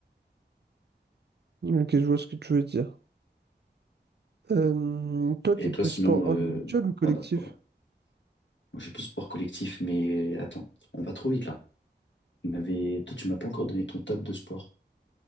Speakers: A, on the right; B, on the left.
A: Ok, je vois ce que tu veux dire. Euh, Toi, t'es
B: Et toi,
A: plus
B: sinon,
A: sport individuel
B: euh...
A: ou collectif?
B: ah non, oh, moi, j'ai plus sport collectif, mais attends, on va trop vite là. Tu m'avais- Toi, tu m'as pas encore donné ton top de sport.